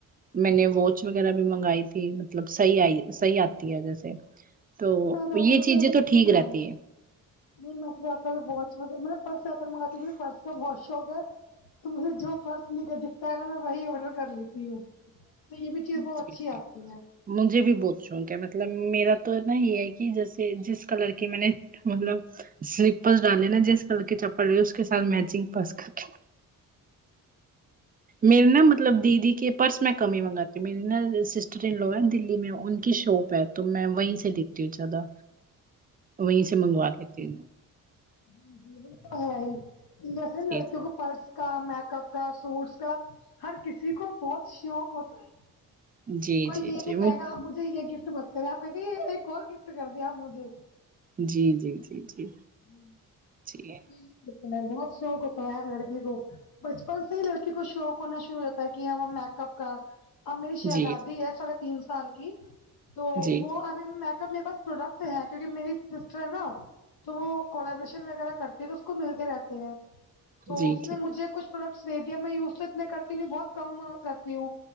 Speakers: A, on the right; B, on the left.
A: میں نے واچ وغیرہ بھی منگائی تھی مطلب صحیح آئی صحیح آتی ہے ویسے تو
B: میں بہتر
A: یے چیجیں تو ٹھیک
B: ہاں
A: رہتی
B: جی
A: ہے
B: نہیں میں تو آج تک واچ وغیرہ میں پرسہ پر منگواتی ہوں مجھے پرس کا بہت شوق شوق ہے تو مجھے جو پرس مجھے دکھتا ہے نا میں وہی آڈر کر لیتی ہوں تو یہ بھی چیز
A: جی
B: بہت اچھی
A: جی
B: آتی ہے
A: مجھے بھی بہت شوق ہے مطلب میرا تو ہے نا یے ہے کی جیسے جس کلر کی میں نے مطلب سلیپرس ڈالے نا جس کلر کی چپل رہی اس کے ساتھ میچنگ پس کر تی میرے نا مطلب دیدی کے پرس میں کم ئ منگاتی ہوں میری نا سسٹر ان لو ہے دلی میں ان کی شاپ ہے تو میں وہیں سے دیکھتی ہوں زیادہ وہیں سے منگوا لیتی
B: جی جی وہ تو ہے ہی لیکن
A: جی
B: لڑکیاں کو پرس کا میک اپ کا سوٹس کا ہر کسی کو بہت شوق ہوتا ہے
A: جی
B: کوئی
A: جی
B: یے
A: جی
B: نہیں
A: وہ-
B: کہے گا آپ مجھے یے گفٹ مت کرو ہم کہیں گے آپ ایک اور گفٹ کر دیے آپ مجھے
A: جی جی جی جی
B: جی
A: جی
B: یہی ہوتا ہے بہت شوق ہوتا ہے لڑکی کو بچپن سے ہی لڑکی کو شوق ہونا شروع ہو جاتا ہے کی یا وا میک اپ کا اب میری شہزادی
A: جی جی
B: ہے ساڑھے تین سال کی تو
A: جی
B: وہ
A: جی
B: میک اپ میرے پاس پروڈکٹ ہے کیونکی میری سسٹر ہے نا تو وہ کولیبریشن وغیرہ کرتی دیکھو اس کو ملتے رہتے ہیں
A: جی
B: تو اس
A: جی
B: نے مجھے کچھ پروڈکٹس دے دیے میں یوز تو اتنے کرتی نہیں ہوں بہت کم کرتی ہوں